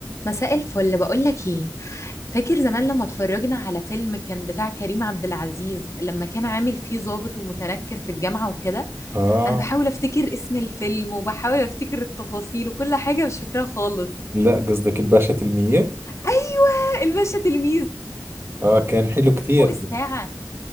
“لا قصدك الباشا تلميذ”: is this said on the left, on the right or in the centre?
Right